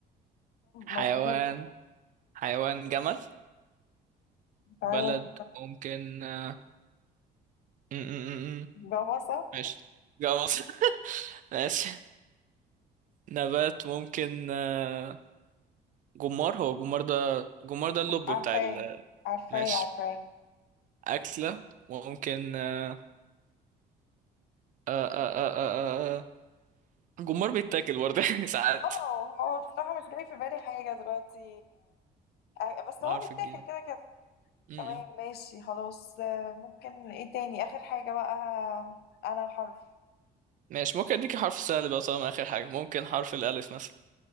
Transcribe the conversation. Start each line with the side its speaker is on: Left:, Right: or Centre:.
Right: حيوان
Left: مظبوط
Right: حيوان جمل
Left: آه،
Right: بلد ممكن آه م -م -م. م.
Left: بابا صح
Right: ماشي جوز <laughs> ماشي نبات ممكن آه جمار هو جمار ده جمار ده اللب
Left: عارفاه
Right: بتاع ال
Left: عارفاه
Right: ماشي
Left: عارفاه
Right: أكلة ممكن آه آه آه آه آه آه. آه. جمار بيتاكل برضه <laughs> ساعات
Left: اه هو بصراحة مش جاي في بالي حاجة دلوقتي آه، بس
Right: بحرف
Left: هو بيتاكل
Right: الجيم
Left: كده كده
Right: م- م.
Left: تمام ماشي خلاص آه، ممكن ايه تاني آخر حاجة بقى آه، أنا حرف
Right: ماشي ممكن اديكي حرف سهل بقى طالما اخر حاجة ممكن حرف الالف مثلا